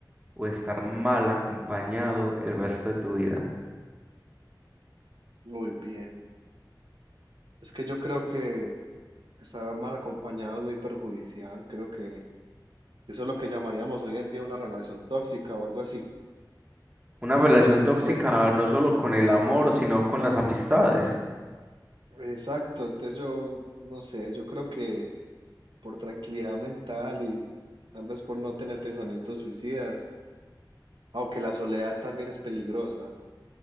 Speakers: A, on the right (about 15°); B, on the right (about 85°).
A: o estar mal acompañado el resto de tu vida.
B: Uy, viejo. Es que yo creo que estar mal acompañado es muy perjudicial. Creo que eso es lo que llamaríamos hoy en día una relación tóxica o algo así.
A: Una relación tóxica
B: En es-
A: no solo con el amor, sino con las amistades.
B: exacto, entonces yo no sé, yo creo que por tranquilidad mental y tal vez por no tener pensamientos suicidas, aunque la soledad también es peligrosa,